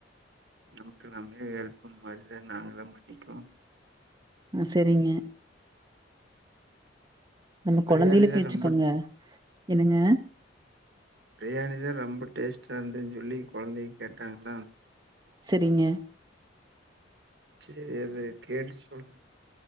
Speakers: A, on the right; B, on the right.
A: நமக்கு நாமலே ஹெல்ப் மரித நம்மளே பண்ணிக்கணும்.
B: ஆ செரிங்க. நம்ம
A: பிரியாணி
B: கொழந்தைளுக்கு
A: தா
B: வச்சுக்கோங்க
A: ரொம்ப
B: என்னங்க.
A: பிரியாணி த ரம்ப டேஸ்ட்டாந்து சொல்லி கொழந்தை கேட்டாங்களா
B: சரிங்க.
A: செரி கேட்டு சொல்